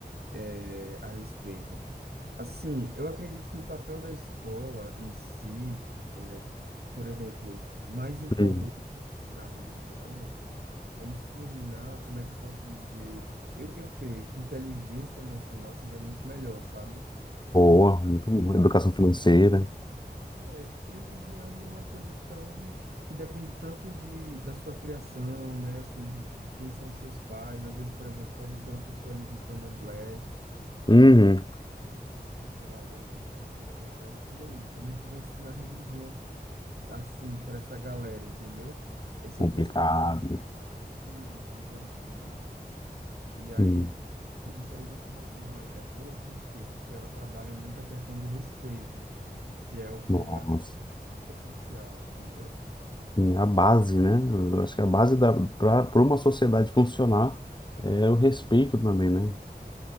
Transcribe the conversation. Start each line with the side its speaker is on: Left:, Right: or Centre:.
Right: é, a respeito. Assim, eu acredito que o papel da escola em si, é, por exemplo, mais importante
Left: hum.
Right: que ensinar religião é ensinar, como é que eu posso dizer? Eu, eu creio que inteligência emocional seria muito melhor, sabe?
Left: Boa,
Right: Do que
Left: muito boa.
Right: religião.
Left: Educação financeira.
Right: É, religião é uma coisa tão que depende tanto de, da sua criação, né? Assim, de, de quem são seus pais. Às vezes, por exemplo, pode ter uma pessoa ali do Candomblé
Left: Uhum.
Right: e sei lá, da igreja cristã evangélica, e aí, como é que vai ensinar religião assim para essa galera, entendeu? Eles são
Left: Complicado.
Right: pensativos, divergentes. E aí,
Left: Hum.
Right: eu- inteligência emocional é, é boa por quê? Porque ela trabalha muito a questão do respeito, que é o que
Left: Nossa.
Right: eu acho essencial, entendeu?
Left: Sim, a base, né? Eu acho que a base da para uma sociedade funcionar é o respeito também, né?